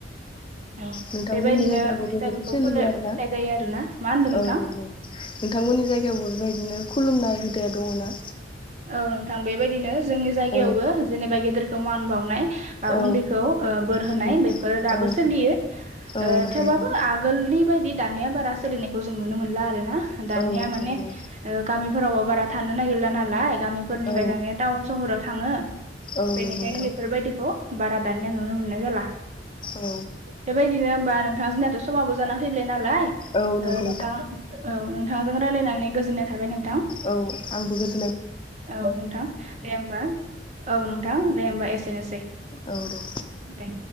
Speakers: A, on the right (about 40°); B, on the left (about 25°).
A: औ
B: नोंथांमोननि
A: बेबायदिनो
B: जायगायावबो
A: बैसागोखौ
B: बेबायदि सोलियो
A: फलिनाय
B: आरोना
A: जायो आरो ना मा होनदों
B: औ
A: नोंथां।
B: नंगौ नोंथांमोननि जायगायावबो बेबायदिनो खुलुमनाय हुदाया दङ ना?
A: औ नोंथां बेबायदिनो जोंनि जायगायावबो
B: औ
A: जेनेबा गेदेरखौ मान बावनाय बा
B: औ
A: उन्दैखौ बोर होनाय
B: औ
A: बेफोरो दाबो
B: औ
A: सोलियो
B: औ
A: ओ
B: नंगौ
A: थेवबाबो
B: नोंथां
A: आगोलनि बायदि दा दानिया बारा सोलिनायखौ जों नुनो मोनला आरोना दानिया
B: औ
A: मानि
B: नंगौ
A: गामि फोरावबो बारा थानो नागिरला नालाय गामिफोरनिफ्राय
B: औ
A: दानिया टाउन सहराव थाङो।
B: औ
A: बेनिखायनो
B: नंगौ नोंथां
A: बेफोरबायदिखौ बारा दानिया नुनो मोननाय जाला
B: औ
A: बेबायदिनो होमबा नोंथां जनियाथ' समाबबो जाना फैलाय नालाय
B: औ नंगौ
A: ओ नोंथां औ नोंथांजों रायलायनानै गोजोननाय थाबाय नोंथां।
B: औ आंबो गो
A: औ नोंथां दे होमबा औ नोंथां दे होमबा एसेनोसै।
B: औ दे।
A: दे